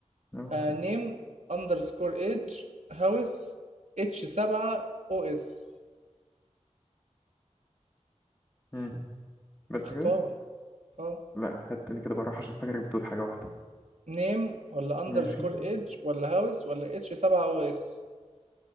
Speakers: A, on the left; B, on the right.
A: أه
B: آه
A: فاهم
B: نيم اندرسكور ايدج هاوس اتش 7 او اس
A: مم. بس
B: اختار
A: كده
B: اه
A: لا هات تاني كده بروح عشان فاكرك بتقول حاجة واحدة
B: نيم ولا اندرسكور
A: ماشي
B: ايدج ولا هاوس ولا اتش 7 او اس